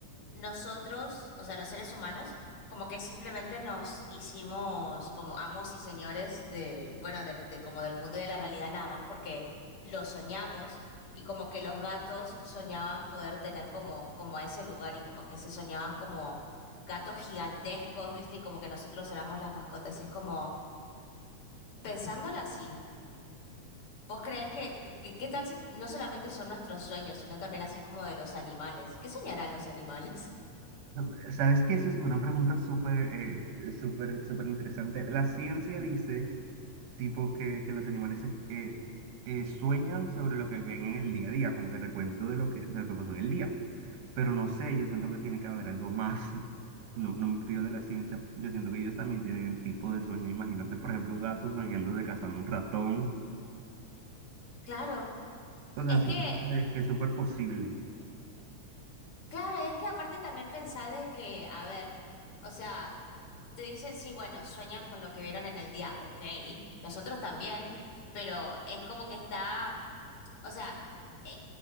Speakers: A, on the left; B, on the right.
A: nosotros, o sea, los seres humanos, como que simplemente nos hicimos como amos y señores de, bueno, del de como del mundo y de la realidad nada más porque lo soñamos y como que los gatos soñaban poder tener como, como a ese lugar y como que se soñaban como gatos gigantescos, ¿viste? Y como que nosotros éramos las mascotas. Y es como pensándolo así. ¿Vos creés que, que- que- qué tal si no solamente son nuestros sueños, sino también así como de los animales? ¿Qué soñarán los animales? <laughs>
B: No, ¿Sabes qué? Esa es una pregunta súper, eh, súper, súper interesante. La ciencia dice tipo que, que los animales es- eh, eh, sueñan sobre lo que ven en el día a día, como que recuento de lo que, de lo que pasó en el día. Pero no sé, yo siento que tiene que haber algo más. <laughs> No, no me fío de la ciencia. Yo siento que ellos también tienen el tipo de sueño. Imagínate, por ejemplo, un gato soñando de cazando un ratón.
A: Claro,
B: O sea,
A: es
B: siento
A: que,
B: que, que es súper posible.
A: claro, es que aparte también pensá de que, a ver, o sea, te dicen sí, bueno, sueñan con lo que vieron en el día, ok, nosotros también, pero es como que está O sea, eh,